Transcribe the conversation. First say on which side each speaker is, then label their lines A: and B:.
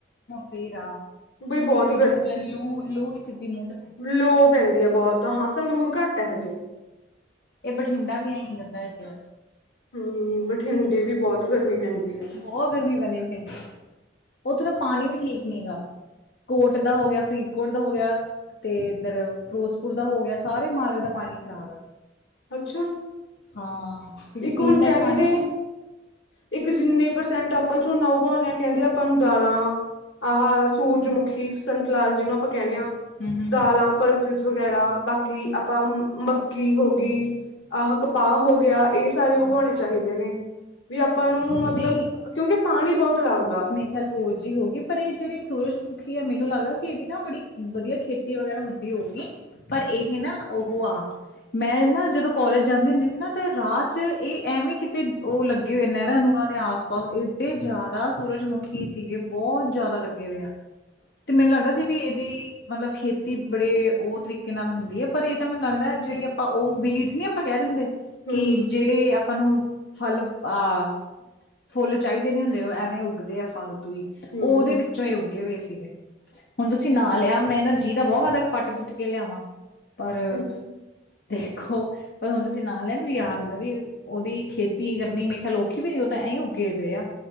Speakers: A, on the left (about 55°); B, on the left (about 85°).
A: ਫੇਰ ਆ,
B: ਬਈ ਬਹੁਤ
A: ਕਿਉਂਕਿ ਜੂ ਲੂ ਲੂ ਹੀ ਸਿੱਧੀ ਮੂੰਹ ਤੇ ਪੈਣੀ। ਹੈ।
B: ਲੂ ਪੈਂਦੀ ਹੈ ਬਹੁਤ, ਹਾਂ ਸੰਗਰੂਰ ਘੱਟ ਹੈ ਹਜੇ।
A: ਇਹ ਬਠਿੰਡਾ ਵੀ ਐਂਈ ਕਰਦਾ ਐੰਹ ਤਰਾਂ।
B: ਹਮ, ਬਠਿੰਡੇ ਵੀ ਬਹੁਤ ਗਰਮੀ ਪੈਂਦੀ ਐ।
A: ਬਹੁਤ ਗਰਮੀ ਪੈਂਦੀ ਬਠਿੰਡੇ, ਉਥੋਂ ਦਾ ਪਾਣੀ ਵੀ ਠੀਕ ਨੀ ਗਾ। ਕੋਟ ਦਾ ਹੋ ਗਿਆ, ਫ਼ਰੀਦਕੋਟ ਦਾ ਹੋ ਗਿਆ ਤੇ ਇੱਧਰ ਫਿਰੋਜ਼ਪੁਰ ਦਾ ਹੋ ਗਿਆ, ਸਾਰੇ ਮਾਲਵੇ ਦਾ ਪਾਣੀ ਖਰਾਬ ਹੈ
B: ਅੱਛਾ
A: ਹਾਂ, ਕਿਉਂਕਿ
B: ਇੱਕ
A: ਪੀਣ
B: ਹੁਣ
A: ਲਾਇਕ
B: ਕਹਿੰਦੇ
A: ਪਾਣੀਂ
B: ਨੇ ਇੱਕ ਜਿੰਨੇ ਪ੍ਰਸੈਂਟ ਆਪਾਂ ਝੋਨਾਂ ਉਗਾਉਂਦੇ ਹਾਂ, ਕਹਿੰਦੇ ਆਪਾਂ ਨੂੰ ਦਾਲਾਂ ਆਹ ਸੂਰਜਮੁਖੀ, ਸਨਫਲਾਰਜ, ਜਿਹਨੂੰ ਆਪਾਂ ਕਹਿੰਦੇ ਹਾਂ
A: ਹੂੰ-ਹੂੰ-ਹੂੰ।
B: ਦਾਲਾਂ ਪਲਸਿਸ ਵਗੈਰਾ, ਬਾਕੀ ਆਪਾਂ ਮੱਕੀ ਹੋ ਗਈ, ਆਹ ਕਪਾਹ ਹੋ ਗਿਆ ਇਹ ਸਾਰੇ
A: ਹਾਂ-ਹਾਂ-ਹਾਂ।
B: ਉਗਾਉਣੇ ਚਾਹੀਦੇ ਨੇ, ਵੀ ਆਪਾਂ ਨੂੰ ਮਤਲਬ,
A: ਨਈ
B: ਕਿਉਂਕਿ ਪਾਣੀ ਬਹੁਤ ਲੱਗਦਾ
A: ਲੇ ਹੋਰ ਜਹੀ ਹੋ ਗਈ, ਪਰ ਇਹ ਜਿਹੜੀ ਸੂਰਜ਼ ਮੁੁਖੀ ਹੈ ਮੈਨੂੰ ਲੱਗਦਾ ਸੀ, ਇਹਦੀ ਨਾ ਬੜੀ ਵਧੀਆਂ ਖ਼ੇਤੀ ਵਗ਼ੈਰਾ ਹੁੰਦੀ ਹੋਗੀ। ਪਰ ਇਹ ਨਾ ਉਹ ਆ, ਮੈਂ ਨਾ ਜਦੋਂ ਕੋਲੇਜ ਜਾਂਦੀ ਹੁੰਦੀ ਸੀ ਨਾ ਤੇ ਰਾਤ 'ਚ ਇਹ ਐਵੇਂ ਕਿਤੇ ਉਹ ਲੱਗੇ ਹੋਏ ਨਹਿਰਾਂ ਨੂਰਾਂ ਦੇ ਆਸ ਪਾਸ, ਏਡੇ ਜ਼ਿਆਦਾ ਸੂਰਜਮੁਖੀ ਸੂਰਜ ਮੁਖੀ ਸੀਗੇ, ਬਹੁਤ ਜ਼ਿਆਦਾ ਲੱਗੇਂ ਹੋਏ।
B: <inaudible>
A: ਤੇ ਮੈਨੂੰ ਲੱਗਦਾ ਸੀ ਵੀ ਇਹਦੀ ਮਤਲਬ ਖ਼ੇਤੀ ਬੜੇ ਉਹ ਤਰੀਕ਼ੇ ਨਾਲ ਹੁੰਦੀ ਹੈ, ਪਰ ਇਹ ਤਾਂ ਮੈਨੂੰ ਲੱਗਦਾ ਜਿਹੜੀ ਆਪਾਂ ਉਹ ਵੀਡਸ ਨੀ ਆਪਾਂ ਕਹਿ ਦਿੰਦੇ ਕਿ
B: ਹਮ
A: ਜਿਹੜੇ ਆਪਾਂ ਨੂੰ ਫ਼ਲ ਅਹ ਫੁੱਲ ਚਾਹੀਦੇ ਨੀ ਹੁੰਦੇ, ਉਹ ਐਵੇਂ ਉੱਗਦੇ ਆ ਫ਼ਾਲਤੂ ਹੀ ਉਹ
B: ਹਮ
A: ਉਹਦੇ ਵਿੱਚੋਂ ਹੀ ਉ ਲਗੇ ਹੋਏ ਸੀਗੇ, ਹੁਣ ਤੁਸੀਂ ਨਾ ਲਿਆ ਮੈਂ ਨਾ ਜੀਅ ਦਾ ਬਹੁਤ ਕਰਦਾ ਵੀ ਪੱਟ ਪੁੱਟ ਕੇ ਲਿਆਵਾਂ। ਪਰ,
B: ਅੱਛਾ
A: ਦੇਖੋਂ ਪਰ ਹੁਣ ਤੁਸੀਂ ਨਾਲ ਹੈ ਮੈਨੂੰ ਯਾਦ ਆ, ਵੀ ਉਹਦੀ ਖੇਤੀ ਕਰਨੀਂ ਮੈਂ ਕਿਹਾਂ ਔਖੀ ਵੀ ਨੀ ਇਹੀ ਉੱਗੇ ਪਏ ਆ,